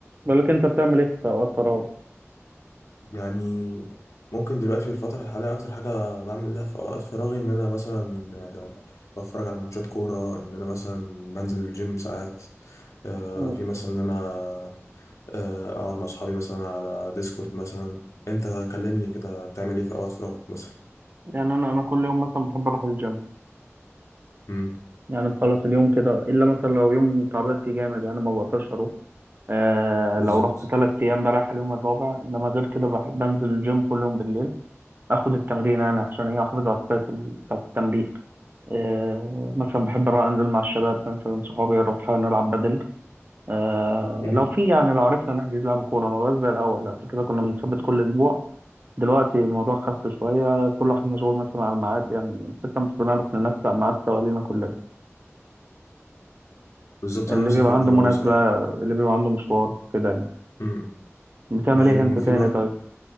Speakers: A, on the right (about 40°); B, on the left (about 80°).
A: بالك انت بتعمل ايه في اوقات فراغ
B: يعني ممكن دلوقتي في الفترة الحالية أكتر حاجة بعملها في أوقات فراغي إن أنا مثلا آه، بتفرج على ماتشات كورة إن أنا مثلا بنزل الجيم ساعات آه،
A: مم.
B: في مثلا إن أنا آه، أقعد مع أصحابي مثلا على ديسكورد مثلا أنت كلمني كده بتعمل إيه في أوقات فراغك مثلا
A: يعني انا انا كل يوم مثلا بحب اروح الجيم
B: مم.
A: يعني مخلص اليوم كده الا مثلا لو يوم تعبان فيه جامد يعني ما بقدرش اروح آه
B: بالظبط
A: لو رحت تلات ايام بريح اليوم الرابع انما غير كده بحب انزل الجيم كل يوم بالليل اخد التمرين يعني عشان ايه احافظ على السايكل بتاع التمرين آه مثلا بحب اروح انزل مع الشباب مثلا صحابي اروح نلعب بدل آه
B: مم.
A: لو في يعني لو عرفنا نحجز لعب كوره ما بقاش زي الاول قبل كده كنا بنثبت كل اسبوع دلوقتي الموضوع خف شوية كل واحد مشغول مثلا على الميعاد يعني الفكرة مش بنعرف ننسق ميعاد سوا لينا كلنا
B: بالظبط
A: اللي
B: أنا نفس
A: بيبقى
B: الفكرة
A: عنده
B: برضو
A: مناسبة
B: س...
A: اللي بيبقى عنده مشوار كده يعني
B: مم.
A: بتعمل
B: يعني
A: ايه انت تاني
B: في برضو
A: طيب؟